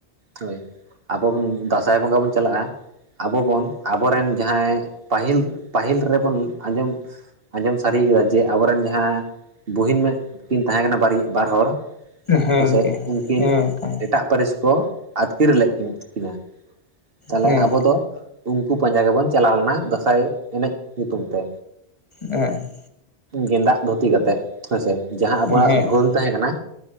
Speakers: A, on the right; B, on the left.
A: ᱦᱳᱭ ᱟᱵᱚ ᱵᱚᱱ ᱫᱟᱸᱥᱟᱭ ᱵᱚᱸᱜᱟ ᱵᱚᱱ ᱪᱟᱞᱟᱜᱼᱟ ᱟᱵᱚ ᱵᱚᱱ ᱟᱵᱚᱨᱮᱱ ᱡᱟᱦᱟᱸᱭ ᱯᱟᱹᱦᱤᱞ ᱯᱟᱹᱦᱤᱞ ᱨᱮᱵᱚᱱ ᱟᱸᱡᱚᱢ ᱟᱸᱡᱚᱢ ᱥᱟᱨᱤᱭ ᱠᱮᱫᱟ ᱡᱮ ᱟᱵᱚ ᱨᱮᱱ ᱡᱟᱦᱟᱸ ᱵᱩᱦᱤᱱ ᱠᱤᱱ ᱛᱟᱦᱮᱸ ᱠᱟᱱᱟ ᱵᱟᱨ ᱵᱟᱨ ᱦᱚᱲ
B: ᱦᱮᱸ
A: ᱦᱮᱥᱮ
B: ᱜᱚᱝᱠᱮ
A: ᱩᱱᱠᱤᱱ
B: ᱦᱮᱸ ᱛᱟᱦᱮᱸ
A: ᱮᱴᱟᱜ ᱯᱟᱹᱨᱤᱥ ᱠᱚ ᱟᱹᱛᱠᱤᱨ ᱞᱮᱫ ᱠᱤᱱ ᱠᱤᱱᱟ ᱛᱟᱦᱚᱞᱮ
B: ᱦᱮᱸ
A: ᱟᱵᱚ ᱫᱚ ᱩᱱᱠᱩ ᱯᱟᱸᱡᱟ ᱜᱮᱵᱚᱱ ᱪᱟᱞᱟᱣ ᱞᱮᱱᱟ ᱫᱟᱸᱥᱟᱭ ᱮᱱᱮᱡ ᱧᱩᱛᱩᱢ ᱛᱮ
B: ᱮᱸ
A: ᱜᱮᱸᱫᱟᱜ ᱫᱷᱩᱛᱤ ᱠᱟᱛᱮᱜ ᱦᱮᱸᱥᱮ ᱡᱟᱦᱟᱸ ᱟᱵᱚᱣᱟᱜ
B: ᱦᱮᱸ
A: ᱵᱷᱟᱹ <unintelligible> ᱛᱟᱦᱮᱸ ᱠᱟᱱᱟ